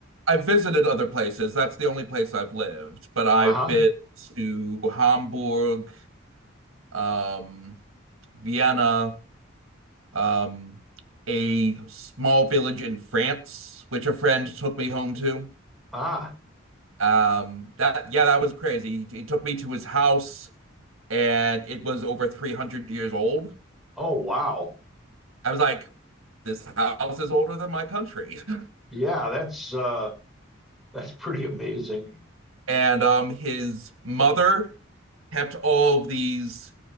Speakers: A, on the right; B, in the centre.
A: I visited other places. That's the only place I've lived, but I've
B: Uh-huh.
A: been to Hamburg, um, Vienna, um, a small village in France, which a friend took me home to.
B: Ah.
A: Um, that yeah, that was crazy. He, he took me to his house, and it was over 300 years old.
B: Oh wow.
A: I was like, this house is older than my country. <laughs>
B: Yeah, that's uh that's pretty amazing.
A: And um, his mother kept all of these